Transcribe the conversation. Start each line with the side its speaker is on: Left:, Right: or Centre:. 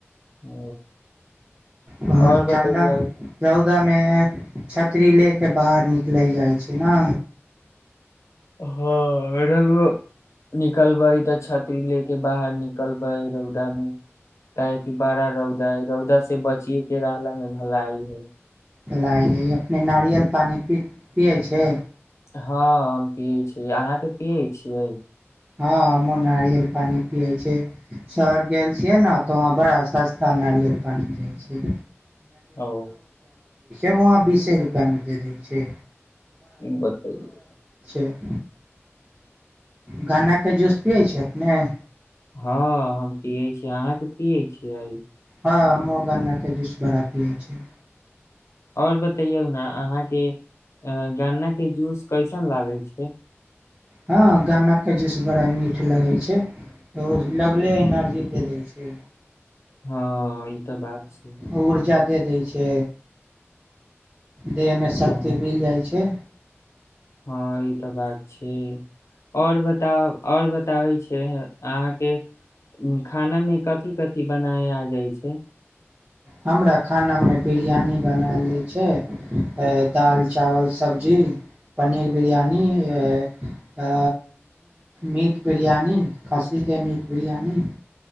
Left: ओ
Right: <unintelligible>
Left: और बतैयौ
Right: रौदा मे छतरी ले के बाहर निकले जाइ छै ने
Left: हँ <unintelligible> निकलबे तऽ छतरी ले के बाहर निकल रौदामे काहे कि बड़ा रौदा है रौदा से बचिये के रहलामे भलाई हइ
Right: लाइ हियै अपने नारियल पानी पियै छै
Left: हँ हम पियै छी अहाँके पियै छियै
Right: हँ हम नारियल पानि पियै छै शहर गेल छियै ने तऽ वहाँ बड़ा सस्ता नारियल पानि दै छै
Left: ओ
Right: <unintelligible> वहाँ बीसे रुपआ मे दे दै छै
Left: बतैयौ
Right: <unintelligible> गन्नाके जूस पियै छै अपने
Left: हँ हम पियै छियै अहाँके पियै छियै
Right: हँ हमहूँ गन्ना के जूस बड़ा पियै छियै
Left: आओर बतैयौ ने अहाँके गन्नाके जूस कैसन लागै छै
Right: हँ गानाके जेस बड़ा मीठ लगै छै तऽ ओ लगले एनर्जी दे दै छै के
Left: हँ ई तऽ बात छै
Right: ऊर्जा दे दै छै देहमे शक्ति
Left: हँ
Right: मिल जाइ छै
Left: हँ ई तऽ बात छै आओर बता आओर बताबै छै अहाँके खानामे कथि कथि बनावे आ जाइ छै
Right: हमरा खानामे बिरयानी बना लै छै ए-दालि चावल सब्जी पनीर बिरयानी ए-आ मीट बिरियानी खस्सीके मीट बिरियानी